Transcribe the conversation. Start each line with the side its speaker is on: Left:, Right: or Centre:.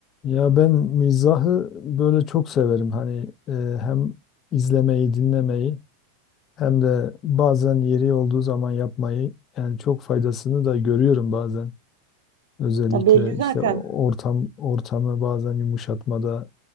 Left: Ya ben mizahı böyle çok severim. Hani e, hem izlemeyi, dinlemeyi hem de bazen yeri olduğu zaman yapmayı yani çok faydasını da görüyorum bazen. Özellikle
Right: Ya belli
Left: işte
Right: zaten.
Left: o- ortam ortamı bazen yumuşatmada